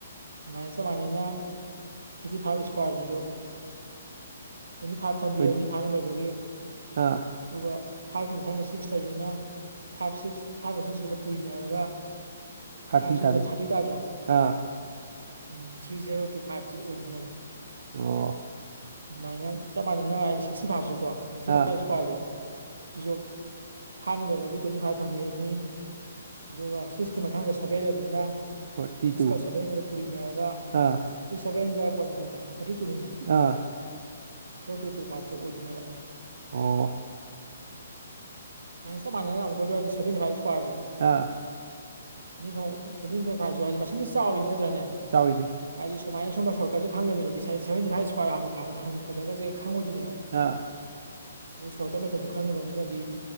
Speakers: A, on the right; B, on the right.
A: ꯑꯗꯨꯃꯥꯏꯅ ꯆꯞꯃꯥꯟꯅꯅ ꯐꯤꯐꯇꯤ ꯐꯥꯏꯚ ꯏꯁꯀ꯭ꯋꯥꯔꯁꯤꯁꯨ ꯇ꯭ꯋꯦꯟꯇꯤ ꯐꯥꯏꯚ ꯊꯝꯕꯤꯔꯅꯤ
B: ꯇ꯭ꯋꯦꯟꯇꯤ
A: ꯐꯥꯏꯚꯅ ꯂꯣꯏꯕꯒꯤ
B: ꯑꯥ
A: ꯑꯗꯨꯒ ꯐꯥꯏꯚꯀꯤ ꯃꯊꯪꯗ ꯁꯤꯛꯁ ꯂꯩꯕꯅꯤꯅ ꯐꯥꯏꯚ ꯁꯤꯛꯁ ꯐꯥꯏꯚꯀ ꯁꯤꯛꯁꯒꯇꯨ ꯄꯨꯔꯤꯅꯔꯒ
B: ꯊꯥꯔꯇꯤ
A: ꯐꯥꯏꯚ ꯁꯤꯛꯁ
B: ꯇꯥꯗꯣꯏ
A: ꯖꯥ ꯊꯥꯔꯇꯤ ꯇꯥꯗ꯭ꯔꯥ
B: ꯑꯥ
A: ꯎꯝ ꯊ꯭ꯔꯤ ꯖꯦꯔꯣ ꯇꯨ ꯐꯥꯏꯚꯁꯤ ꯑꯣꯏꯗꯣꯏꯅꯦꯕ
B: ꯑꯣ
A: ꯑꯗꯨꯃꯥꯏꯅ ꯆꯞ ꯃꯥꯟꯅꯅ ꯍꯥꯏꯗꯤ ꯁꯤꯛꯁꯇꯤ ꯐꯥꯏꯚꯁꯤꯀꯣ ꯁꯤꯛꯁꯇꯤ
B: ꯑꯥ
A: ꯐꯥꯏꯚ ꯏꯁꯀ꯭ꯋꯥꯔꯁꯦ ꯍꯤꯖꯣꯞ ꯐꯥꯏꯚꯅ ꯂꫭꯏꯕꯒꯤ ꯇ꯭ꯋꯦꯟꯇꯤ ꯐꯥꯏꯚ ꯊꯝꯕꯤꯔꯅꯤ ꯑꯗꯨꯒ ꯁꯤꯛꯁꯀꯤ ꯃꯊꯪꯗ ꯁꯚꯦꯟ ꯂꯩꯕꯅꯤꯅ
B: ꯐꯣꯔꯇꯤ
A: ꯁꯤꯛꯁꯀ
B: ꯇꯨ
A: ꯁꯦꯚꯦꯟꯒꯗꯨ ꯄꯨꯔꯤꯅꯦꯔꯒ
B: ꯑꯥ
A: ꯁꯤꯛꯁ ꯁꯚꯦꯟ ꯖꯥ ꯄꫭꯅꯅꯤꯅ ꯐꯣꯔꯇꯤ ꯇꯨꯅꯤꯅ
B: ꯑꯥ
A: ꯐꯣꯔ ꯇꯨ ꯇꯨ ꯐꯥꯏꯚꯁꯦ ꯑꯣꯏꯗꯣꯏꯅꯦꯕ
B: ꯑꯣ
A: ꯑꯥꯏ ꯆꯞ ꯃꯥꯟꯅꯅ ꯑꯃꯨꯛꯀ ꯍꯥꯏꯖꯦ ꯁꯚꯦꯟꯇꯤ ꯐꯥꯏꯚ ꯁ꯭ꯀꯋꯥꯔ ꯖꯦ
B: ꯑꯥ
A: ꯁꯚꯦꯟꯇꯤ ꯐꯥꯏꯚ ꯁꯚꯦꯟꯇꯤꯐꯥꯏꯚꯁꯨ ꯍꯥꯏꯗꯤ ꯃꯁꯤꯡꯁꯤ ꯆꯥꯎꯔꯤ ꯅꯠꯇ꯭ꯔꯅꯦ
B: ꯆꯥꯎꯋꯤꯅꯦ
A: ꯍꯥꯏꯗꯤ ꯁꯨꯃꯥꯏꯅ ꯑꯁꯨꯝꯕ ꯁꯣꯔꯠ ꯀꯠꯁꯦ ꯈꯪꯗꯕ ꯃꯤꯗꯗꯤ ꯁꯚꯦꯟꯇꯤ ꯐꯥꯏꯚ ꯏꯁꯀ꯭ꯋꯥꯔ ꯍꯅ ꯍꯪꯉꯄꯗꯒꯁꯦ ꯈꯪꯉꯣꯏꯗꯣꯏꯅꯦꯕ
B: ꯑꯥ
A: <inaudible> ꯁꯣꯔꯠꯀꯠ ꯃꯦꯊꯠꯇꯣ ꯈꯪꯉꯗꯕ ꯃꯤꯅꯗꯤ